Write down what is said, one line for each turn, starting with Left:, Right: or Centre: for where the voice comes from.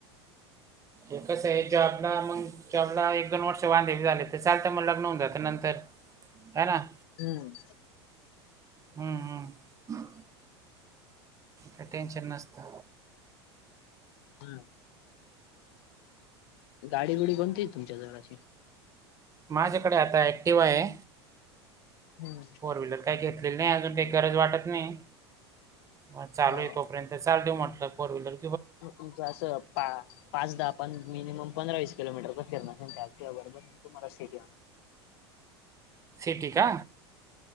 Right: ते कसंय जॉबला मग जॉबला एक दोन वर्ष वांदे झाले तर चालतं, मग लग्न होऊन जातं नंतर है ना?
Left: हम्म
Right: हम्म- हम्म, काय टेन्शन नसतं
Left: हम्म गाडी गुडी कोणती तुमच्या जराशी?
Right: माझ्याकडे आता ऍक्टिवा आहे
Left: हम्म
Right: फोरव्हिलहर काही घेतलेली नाही, अजून काही गरज वाटत नाही, म चालू
Left: हो
Right: आहे तोर्यंत ते चालतोय मोठ्ठ फोरव्हीलर
Left: तुमचं असं पा पाच दहा पण मिनिमम पंधरा वीस किलोमीटरच फिरण पण चालत्या तुह्या बरोबर, तुम्हाला सिट या
Right: सिटी का?